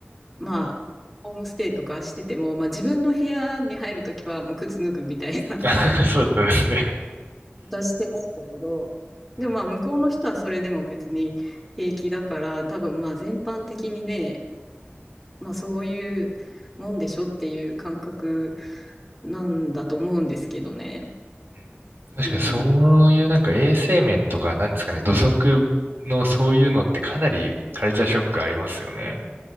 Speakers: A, in the centre; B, on the right.
A: まあ、ホームステイとかしてても、まあ自分の部屋に入るときはもう靴脱ぐみたいな
B: <laughs>
A: <laughs>
B: そうだったんですね。
A: ことはしてましたけど、
B: うんうんうん
A: でもまあ向こうの人はそれでも別に平気だから、多分まあ全般的にね、まあそういうもんでしょっていう感覚なんだと思うんですけどね。
B: うん確かにそういうなんか衛生面とかなんですかね、
A: うん。
B: 土足のそういうのってかなりカルチャーショックありますよね。